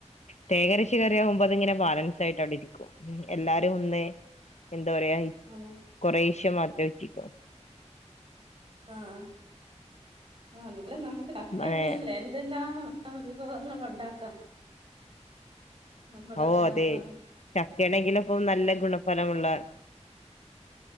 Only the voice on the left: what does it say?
തേങ്ങരച്ച കറിയാവു അതിങ്ങനെ ബാലൻസ് ആയിട്ട് അവിടെ ഇരിക്കും എല്ലാരും ഒന്ന് എന്ത്‌ പറയാ
കൊറെ ക്ഷേ മാത്ര വച്ചിക്കു
മഴേ
ഓ
അതെ ചക്കണെങ്കില്പ്പം നല്ല ഗുണഫലമുള്ള